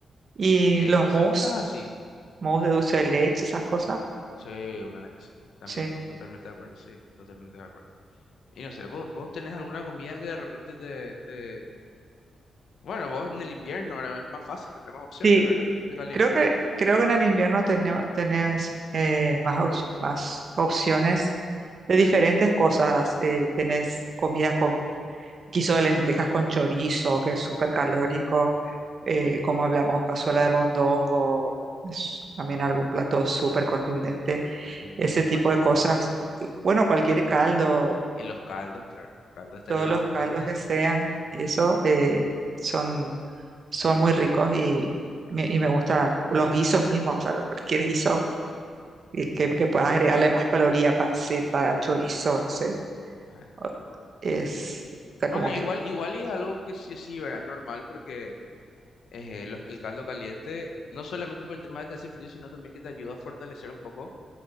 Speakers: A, on the right; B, on the left.
A: Y
B: eh,
A: los
B: cosas,
A: mousse,
B: cosas así.
A: mousse de dulce de leche, esas cosas.
B: Sí, una delicia. También,
A: Sí.
B: totalmente de acuerdo, sí, totalmente de acuerdo. Y no sé, ¿vos, vos tenés alguna comida que de repente te, te... Bueno, vos en el invierno, ahora es más fácil, tenés opciones,
A: Sí,
B: ¿verdad? Que te caliente.
A: Creo que, creo que en el invierno tene- tenés eh, más, op- más opciones de diferentes cosas. eh, tenés comida con guiso de lentejas con chorizo, que es súper calórico, eh, como hablamos, cazuela de mondongo, es también algún plato súper contundente.
B: Sí.
A: Ese tipo
B: Bueno,
A: de cosas. y, Bueno, cualquier caldo,
B: y los caldos, claro, los caldos te
A: todos
B: ayudan
A: los
B: bastante.
A: caldos que
B: <laughs>
A: sean, y eso eh, son, son muy ricos y me, y me gustan los guisos mismos, o sea, cualquier guiso que, que- que puedas agregarle más caloría, panceta, chorizo, no sé,
B: Ajá.
A: o- es, está
B: Bueno,
A: como
B: igual,
A: que,
B: igual y es algo que sí, sí, ¿verdad? Normal, porque eh, lo- el caldo caliente, no solamente por el tema de que hace frío, sino también que te ayuda a fortalecer un poco